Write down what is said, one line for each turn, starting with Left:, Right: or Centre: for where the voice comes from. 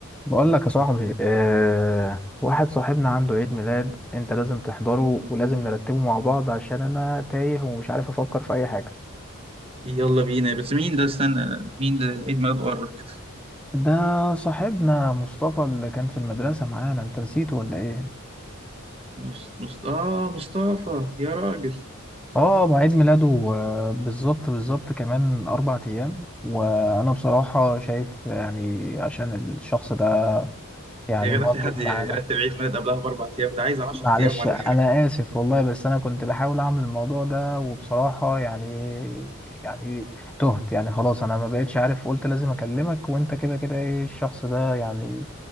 Centre: بقول لك يا صاحبي آه واحد صاحبنا عنده عيد ميلاد انت لازم تحضره ولازم نرتبه مع بعض عشان انا تايه ومش عارف افكر في اي حاجة
Right: يلا بينا بس مين ده استنى مين ده عيد ميلاده قرب كده
Centre: ده صاحبنا مصطفى اللي كان في المدرسة معانا انت نسيته ولا ايه
Right: مص... مص... آه مصطفى يا راجل
Centre: اه ما عيد ميلاده آه، بالظبط بالظبط كمان اربع ايام وانا بصراحة شايف يعني عشان الشخص ده يعني
Right: يا
Centre: مواجب
Right: جدع في حد
Centre: معانا
Right: يرتب عيد ميلاد قبلها بأربع أيام ده عايز 10
Centre: معلش
Right: أيام ولا
Centre: انا
Right: حاجة
Centre: اسف والله بس انا كنت بحاول اعمل الموضوع ده وبصراحة يعني يعني تهت يعني خلاص انا ما بقتش عارف قلت لازم اكلمك وانت كده كده ايه الشخص ده يعني